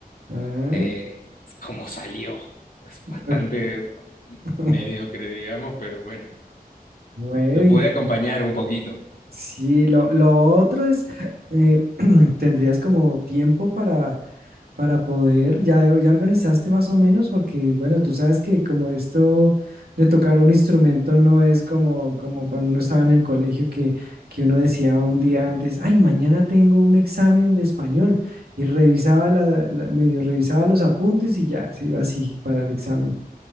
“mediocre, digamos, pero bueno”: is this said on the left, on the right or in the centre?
Left